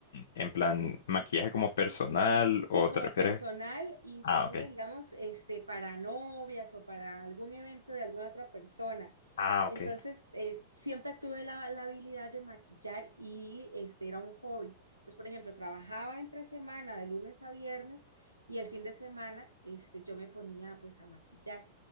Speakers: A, on the left; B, on the right.
A: en plan maquillaje como personal
B: Sí,
A: o
B: como
A: te refieres
B: personal, inclusive,
A: Ah, ok.
B: digamos, este, para novias o para algún evento de alguna otra persona.
A: Ah,
B: Entonces,
A: ok.
B: eh, siempre tuve la, la habilidad de maquillar y este era un hobby. Entonces, por ejemplo, trabajaba entre semana de lunes a viernes y el fin de semana este, yo me ponía pues a maquillar.